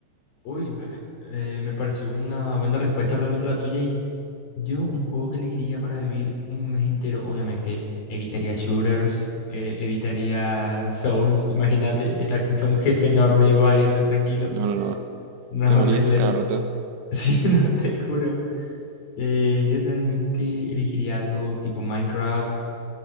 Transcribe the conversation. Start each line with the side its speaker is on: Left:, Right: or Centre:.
Left: Uy, me, eh, me pareció una buena respuesta realmente la tuya y yo un juego que elegiría para vivir un mes entero, obviamente evitaría shooters, eh, evitaría Souls, imagínate estar contra un jefe enorme y vos ahí re tranquilo,
Right: No, no, no.
Left: no,
Right: Te
Left: horrible,
Right: morís cada rato.
Left: <laughs> sí, no, te juro, Eh, yo realmente elegiría algo tipo Minecraft,